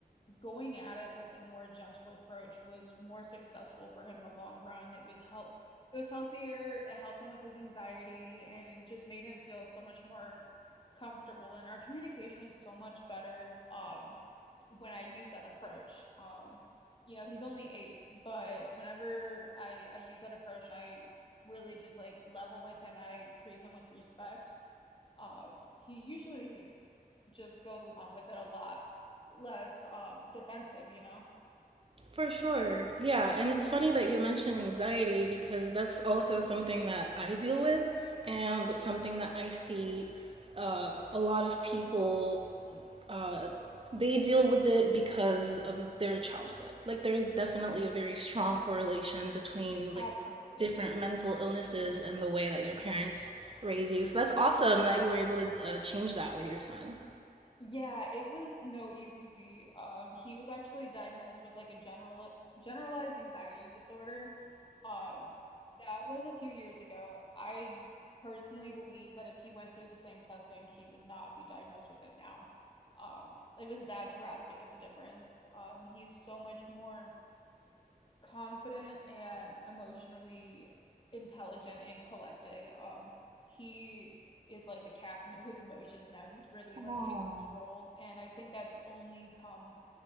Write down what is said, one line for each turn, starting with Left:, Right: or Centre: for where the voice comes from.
Left: going at it with a more gentle approach was more successful for him in the long run. It was help it was healthier, it helped him with his anxiety and it just made him feel so much more comfortable and our communication is so much better um when I use that approach. Um you know, he's only 8, but whenever I I use that approach and I really just like level with him and I treat him with respect, um he usually just goes along with it a lot less um defensive, you know?
Right: For sure. Yeah. And it's funny that you mentioned anxiety because that's also something that I deal with and something that I see uh, a lot of people, uh, they deal with it because of their childhood. Like, there's definitely a very strong correlation between like
Left: Absolutely.
Right: different mental illnesses and the way that your parents raise you. So that's awesome that you were able to uh, change that with your son.
Left: Yeah, it was no easy feat. Um, he was actually diagnosed with like a general generalized anxiety disorder. Um, that was a few years ago. I personally believe that if he went through the same testing, he would not be diagnosed with it now. Um, it was that drastic of a difference. Um, he's so much more confident and emotionally intelligent and collected. Um, he is like the captain of his emotions now. He's really
Right: Oh.
Left: like in control. And I think that's only come